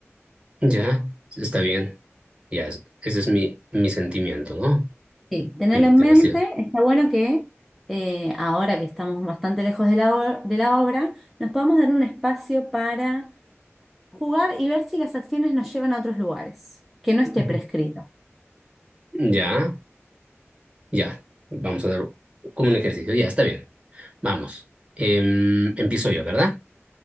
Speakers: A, on the right; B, in the centre.
A: Ya, está bien. Ya, es- ese es mi, mi sentimiento, ¿no?
B: Sí, tenerlo
A: Mi motivación.
B: en mente, está bueno que eh, ahora que estamos bastante lejos de la, o- de la obra, nos podamos dar un espacio para Jugar y ver si las acciones nos llevan a otros lugares, que no esté
A: Ujú.
B: prescrito.
A: Ya, ya. Vamos a dar como un ejercicio. Ya, está bien. Vamos. Em, empiezo yo, ¿verdad?